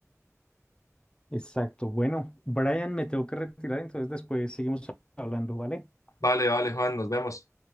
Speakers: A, on the left; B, on the left.
A: Exacto. Bueno, Brian, me tengo que retirar, entonces después seguimos hablando, ¿vale?
B: Vale, vale, Juan, nos vemos.